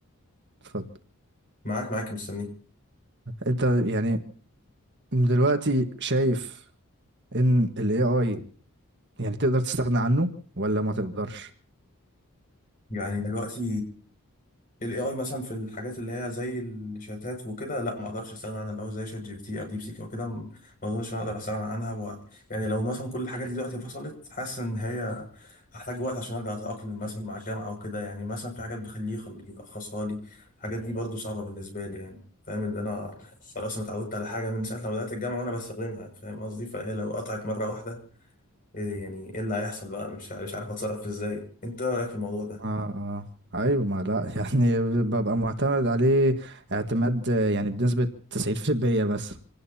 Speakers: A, on the right; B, on the left.
A: اتفضل
B: معاك معاك مستنيك
A: انت يعني دلوقتي شايف ان ال AI يعني تقدر تستغنى عنه ولا ما تقدرش
B: يعني دلوقتي ال AI مثلا في الحاجات اللي هي زي الشتات وكده لا ما اقدرش استغنى عنها اللي هو زي شات جي بي تي او ديب سيك او كده ما اظنش إن انا اقدر استغنى عنها و... يعني لو مثلا كل الحاجات دي دلوقتي فصلت حاسس ان هي هحتاج وقت عشان ارجع اتاقلم مثلا مع الجامعه او كده يعني مثلا في حاجات بخليه يخل- يلخصها لي الحاجات دي برضو صعبه بالنسبه لي يعني فاهم اللي انا خلاص انا اتعودت على حاجه من ساعه ما بدات الجامعه وانا بستخدمها فاهم قصدي فهي لو قطعت مره واحده ايه يعني ايه اللي هيحصل بقى مش مش عارف اتصرف ازاي انت إيه رايك في الموضوع ده
A: اه اه ايوه ما لا <laughs> يعني ببقى معتمد عليه اعتماد آه، يعني بنسبة 90% بس